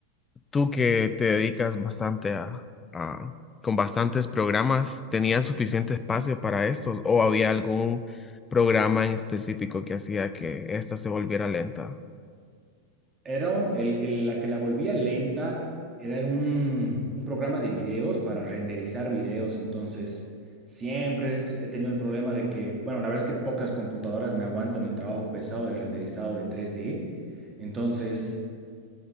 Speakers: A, on the left; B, on the right.
A: tú que te dedicas bastante a, a- con bastantes programas, ¿tenías suficiente espacio para estos o había algún programa en específico que hacía que esta se volviera lenta?
B: Era el- el- la que la volvía lenta, era un, un programa de videos para renderizar videos, entonces siempre es- he tenido el problema de que, bueno, la verdad es que pocas computadoras me aguantan el trabajo pesado de renderizado de 3D, entonces...